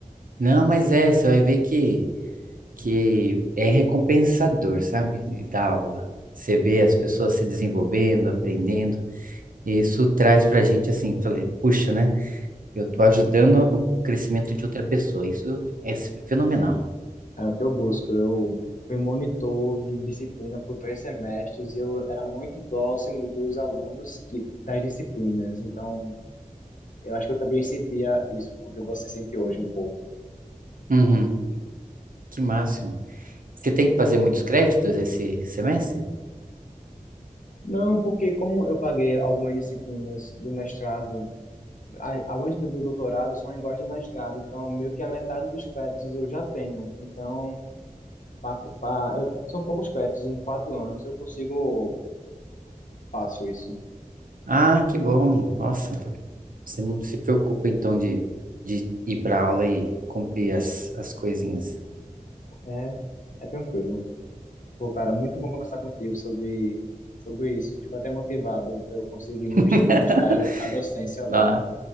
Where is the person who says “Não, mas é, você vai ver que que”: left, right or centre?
Right